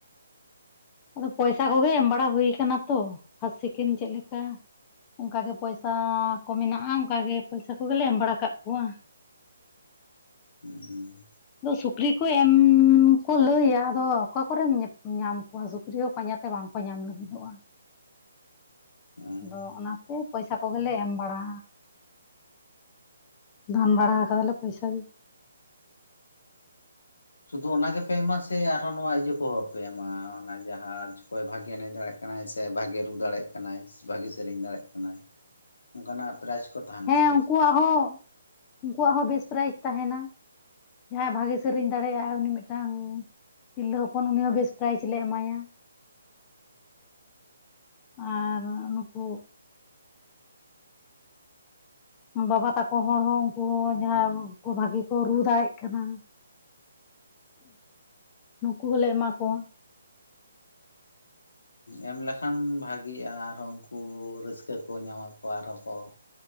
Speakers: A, on the left; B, on the left.
A: ᱟᱫᱚ ᱯᱚᱭᱥᱟ ᱠᱚᱜᱮ ᱮᱢ ᱵᱟᱲᱟ ᱦᱩᱭ ᱠᱟᱱᱟ ᱛᱚ ᱯᱷᱟᱥᱴ ᱥᱮᱠᱮᱱᱰ ᱪᱮᱫ ᱞᱮᱠᱟ ᱚᱱᱠᱟᱜᱮ ᱯᱚᱭᱥᱟ ᱠᱚ ᱢᱮᱱᱟᱜ-ᱟ ᱚᱱᱠᱟᱜᱮ ᱯᱚᱭᱥᱟ ᱠᱚᱜᱮᱞᱮ ᱮᱢ ᱵᱟᱲᱟ ᱠᱟᱜ ᱠᱚᱣᱟ᱾
B: ᱩᱸ
A: ᱟᱫᱚ ᱥᱩᱠᱨᱤ ᱠᱚ ᱮᱢ ᱠᱚ ᱞᱟᱹᱭᱟ ᱟᱫᱚ ᱚᱠᱟ ᱠᱚᱨᱮᱢ ᱧᱟᱢ ᱠᱚᱣᱟ ᱥᱩ ᱠᱨᱤ ᱦᱚᱸ ᱯᱟᱸᱡᱟ ᱛᱮ ᱵᱟᱝᱠᱚ ᱧᱟᱢ ᱞᱟᱹᱜᱤᱫᱚᱜ-ᱟ᱾
B: ᱦᱩᱸ
A: ᱟᱫᱚ ᱚᱱᱟᱛᱮ ᱯᱚᱭᱥᱟ ᱠᱚᱜᱮᱞᱮ ᱮᱢ ᱵᱟᱲᱟ ᱫᱷᱟᱱ ᱵᱟᱲᱟ ᱠᱟᱫᱟᱞᱮ ᱯᱚᱭᱥᱟ ᱜᱮ᱾
B: ᱥᱩᱫᱷᱩ ᱚᱱᱟ ᱜᱮᱯᱮ ᱮᱢᱟ ᱥᱮ ᱟᱨᱦᱚᱸ ᱱᱚᱣᱟ ᱤᱭᱟᱹ ᱠᱚᱦᱚᱸ ᱯᱮ ᱮᱢᱟ ᱚᱱᱟ ᱡᱟᱦᱟᱸᱪ ᱠᱚᱭ ᱵᱷᱟᱜᱮ ᱮᱱᱮᱡ ᱫᱟᱲᱮᱜ ᱠᱟᱱᱟᱭ ᱥᱮ ᱵᱷᱟᱜᱮ ᱨᱩ ᱫᱟᱲᱮᱭᱟᱜ ᱠᱟᱱᱟᱭ ᱥᱮ ᱵᱷᱟᱜᱮ ᱥᱮᱨᱮᱧ ᱫᱟᱲᱮᱭᱟᱜ ᱠᱟᱱᱟᱭ ᱚᱱᱠᱟᱱᱟᱜ ᱯᱨᱟᱭᱤᱡᱽ ᱠᱚ ᱛᱟᱦᱮᱱ
A: ᱦᱮᱸ
B: ᱛᱟᱯᱮᱭᱟ
A: ᱩᱱᱠᱩᱣᱟᱜ ᱦᱚᱸ ᱩᱱᱠᱩᱣᱟᱜ ᱦᱚᱸ ᱵᱮᱥ ᱯᱨᱟᱭᱤᱡᱽ ᱛᱟᱸᱦᱮᱱᱟ᱾ ᱡᱟᱦᱟᱸᱭ ᱵᱷᱟᱜᱮ ᱥᱮᱨᱮᱧ ᱫᱟᱲᱮᱭᱟᱜᱼᱟᱭ ᱩᱱᱤ ᱢᱤᱫᱴᱟᱝ ᱛᱤᱨᱞᱟᱹ ᱦᱚᱯᱚᱱ ᱩᱱᱤ ᱦᱚᱸ ᱵᱮᱥ ᱯᱨᱟᱭᱤᱡᱽ ᱞᱮ ᱮᱢᱟᱭᱟ᱾ ᱟᱨ ᱱᱩᱠᱩ ᱵᱟᱵᱟ ᱛᱟᱠᱚ ᱦᱚᱲ ᱦᱚᱸ ᱩᱱᱠᱩ ᱡᱟᱦᱟᱸᱭ ᱠᱚ ᱵᱷᱟᱜᱤ ᱠᱚ ᱨᱩ ᱫᱟᱲᱮᱜ ᱠᱟᱱᱟ ᱱᱩᱠᱩ ᱦᱚᱞᱮ ᱮᱢᱟ ᱠᱚᱣᱟ
B: ᱮᱢ ᱞᱮᱠᱷᱟᱱ ᱵᱷᱟᱜᱤᱜᱼᱟ, ᱟᱨᱦᱚᱸ ᱩᱱᱠᱩ ᱨᱟᱹᱥᱠᱟᱹ ᱠᱚ ᱧᱟᱢᱟ ᱟᱨᱦᱚᱸ ᱠᱚ